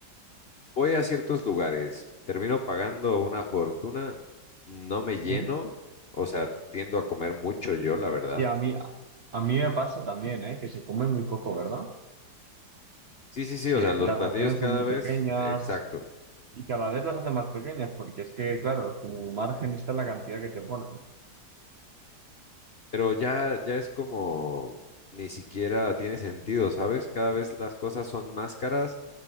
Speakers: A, on the left; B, on the right.
A: voy a ciertos lugares, termino pagando una fortuna, no me lleno,
B: Sí,
A: o sea, tiendo a comer mucho yo, la verdad.
B: sí, a mí, a mí me pasa también, ¿eh? Que se come muy poco, ¿verdad?
A: Sí, sí, sí,
B: Sí,
A: o sea, los
B: las
A: platillos
B: raciones
A: cada
B: son muy
A: vez,
B: pequeñas
A: exacto,
B: y cada vez las hacen más pequeñas porque es que, claro, tu margen está en la cantidad que te ponen,
A: pero ya, ya es como, ni siquiera tiene sentido, ¿sabes? Cada vez las cosas son más caras,